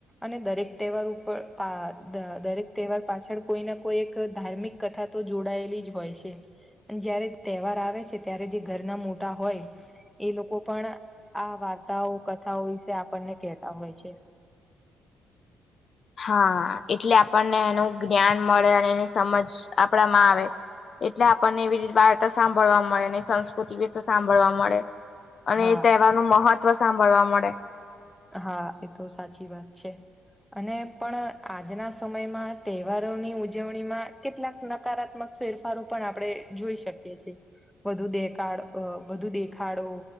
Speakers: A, in the centre; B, on the left (about 45°).
A: અને દરેક તહેવાર ઉપર આ દરેક તહેવાર પાછળ કોઈ ના કોઈ એક ધાર્મિક કથા તો જોડાયેલી જ હોય છે. જયારે તહેવાર આવે છે ત્યારે જે ઘરના મોટા હોય. એ લોકો પણ આ વાર્તાઓ કથાઓ વિશે આપણને કહેતા હોય છે.
B: હા એટલે આપણને એનું જ્ઞાન મળે અને એની સમજ આપડા માં આવે. એટલે આપણને એવી રીતે વાળતા સાંભળવા મળે ને સંસ્કૃતિ વિશે સાંભળવા મળે.
A: હા
B: અને એ તહેવાર નું મહત્વ સાંભળવા મળે.
A: હા એ તો સાચી વાત છે. અને પણ આજના સમયમાં તહેવારોની ઉજવણીમાં કેટલાક નકારાત્મક. ફેરફારો પણ આપણે જોઈ શકીએ છીએ. વધુ દેખાડ વધુ દેખાડો